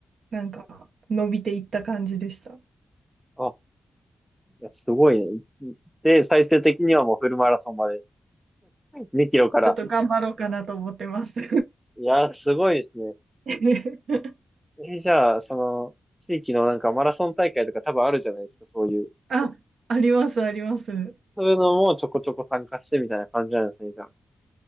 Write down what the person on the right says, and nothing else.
なんか伸びていった感じでした。
ちょっと頑張ろうかなと思ってます。
<laughs>
あ、あります、あります。